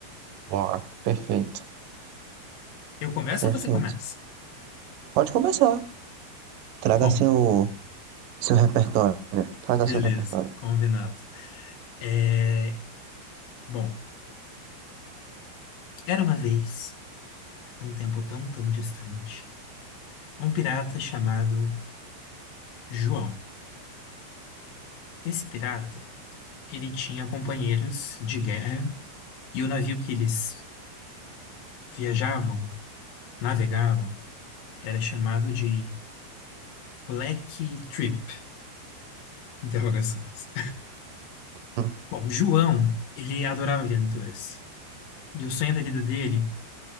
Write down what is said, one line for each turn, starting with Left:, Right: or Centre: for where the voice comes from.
Right: Bora. Perfeito.
Left: Eu começo
Right: Perfeito.
Left: ou você começa?
Right: Pode começar. Traga
Left: Bom,
Right: seu, Seu repertório. Traga
Left: beleza,
Right: seu repertório.
Left: combinado. É, bom, era uma vez, num tempo tão, tão distante, um pirata chamado João. Esse pirata, ele tinha companheiros de guerra, e o navio que eles viajavam, navegavam, era chamado de Black Trip, interrogações.
Right: Hum.
Left: Bom, João, ele adorava aventuras. E o sonho da vida dele